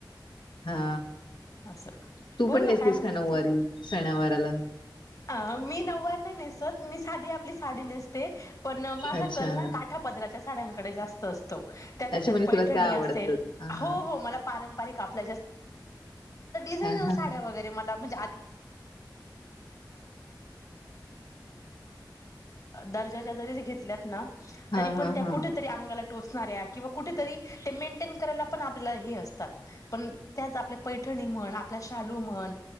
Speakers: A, on the left; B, on the left.
A: हा
B: असं
A: तू
B: बोल
A: पण
B: ना
A: नेसतेस
B: काय म्हणत
A: का नऊवारी
B: होतीस
A: सणावाराला
B: अ मी नवार नाही नेसत मी साधी आपली साडी नेसते पण माझा
A: अच्छा
B: कल ना काठा पदराच्या साड्यांकडे जास्त असतो त्या
A: अच्छा
B: त्यात
A: म्हणजे
B: पैठणी
A: तुला त्या आवडतात
B: असेल
A: हा
B: हो
A: हा
B: हो मला प ल्याड्या म ड आण
A: हा हा
B: म्हण त अर्जाचा जरी घेतल्यात ना
A: हा
B: तरीपण
A: हा
B: त्या
A: हा
B: कुठेतरी अंगाला टोच साऱ्या किंवा कुठेतरी ते मेन्टेन करायला पण आपल्याअसतात पण त्या आपल्या पै म्हण आपल्या शालू म्हण